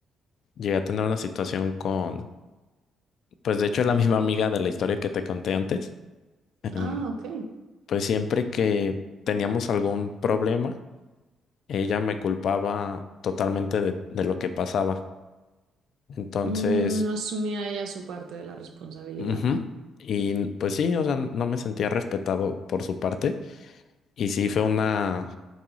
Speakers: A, on the left; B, on the right.
A: llegué a tener una situación con, pues de hecho es la <laughs> misma amiga de la historia que te conté antes. Em,
B: Ah, ok.
A: pues siempre que teníamos algún problema, ella me culpaba totalmente de, de lo que pasaba. Entonces,
B: Mm, no asumía ella su parte de la responsabilidad.
A: ujú, Y pues sí, o sea, no me sentía respetado por su parte. Y sí fue una,